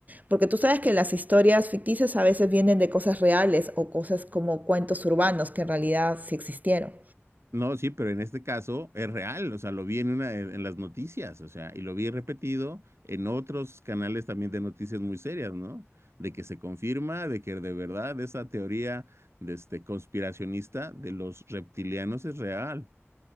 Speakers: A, on the right; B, on the right.
A: porque tú sabes que las historias ficticias a veces vienen de cosas reales o cosas como cuentos urbanos que en realidad sí existieron.
B: No, sí, pero en este caso es real, o sea, lo vi en una, en, en las noticias, o sea, y lo vi repetido en otros canales también de noticias muy serias, ¿no? De que se confirma, de que de verdad esa teoría de este, conspiracionista de los reptilianos es real.